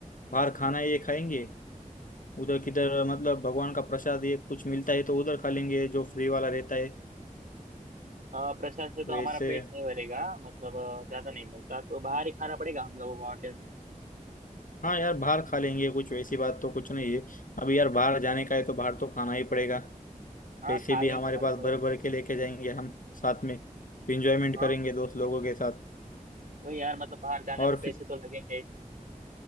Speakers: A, on the left (about 70°); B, on the right (about 75°).
A: बाहर खाना ये खाएंगे उधर किधर मतलब भगवान का प्रसाद ये कुछ मिलता है तो उधर खा लेंगे जो फ्री वाला रहता है
B: अ, प्रसाद से तो
A: वैसे
B: हमारा पेट नहीं भरेगा मतलब अ, ज्यादा नहीं मिलता तो बाहर ही खाना पड़ेगा हम लोगों को होटल में
A: हाँ यार बाहर खा लेंगे कुछ वैसी बात तो कुछ नहीं है अभी यार बाहर जाने का है तो बाहर तो खाना ही पड़ेगा
B: हाँ
A: पैसे
B: खा
A: भी
B: लेंगे
A: हमारे
B: हर
A: पास
B: कोई
A: भर भर के लेके जाएंगे हम साथ में इंजॉयमेंट
B: हाँ
A: करेंगे दोस्त लोगों के साथ
B: वही यार मतलब बाहर जाना
A: और
B: है तो
A: फिर
B: पैसे तो लगेंगे